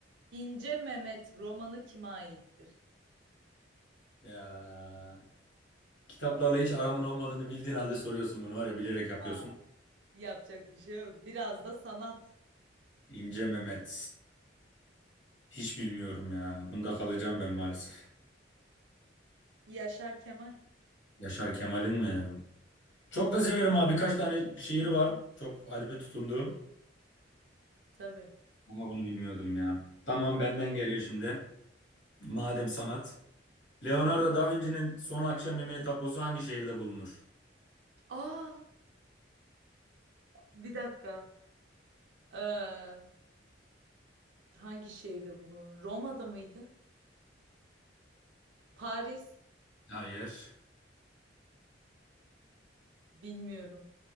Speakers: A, on the right; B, on the left.
A: İnce Mehmet romanı kime aittir?
B: Ya, kitaplarla hiç aramın olmadığını bildiğin halde soruyorsun bunu var ya bilerek yapıyorsun.
A: Aa, yapacak bir şey yok. Biraz da sanat.
B: İnce Mehmet. Hiç bilmiyorum ya. Bunda kalacağım ben maalesef.
A: Yaşar Kemal.
B: Yaşar Kemal'in mi? Çok da severim abi. Birkaç tane şiiri var. Çok ayrı tutunduğum.
A: Tabii.
B: Ama bunu bilmiyordum ya. Tamam benden geliyor şimdi. Madem sanat. Leonardo da Vinci'nin Son Akşam Yemeği tablosu hangi şehirde bulunur?
A: Aa, bir dakika. Ee, hangi şehirde bulunur? Roma'da mıydı? Paris?
B: Hayır.
A: Bilmiyorum.